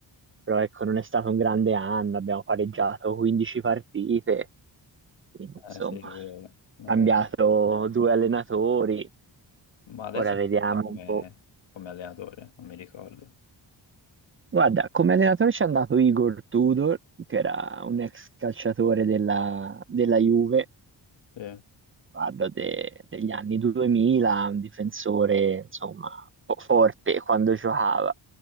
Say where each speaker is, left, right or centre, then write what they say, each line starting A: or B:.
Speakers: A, on the right (about 30°); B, on the left (about 85°).
A: però ecco, non è stato un grande anno, abbiamo pareggiato 15 partite, quindi insomma,
B: Eh sì, è vero. Non
A: cambiato
B: è-
A: due allenatori,
B: Ma adesso
A: ora vediamo
B: chi c'è come,
A: un po'.
B: come allenatore? Non mi ricordo.
A: Guarda, come allenatore ci è andato Igor Tudor, che era un ex calciatore della, della Juve,
B: Sì,
A: parlo de- degli anni 2000, un difensore, insomma, fo- forte quando giocava.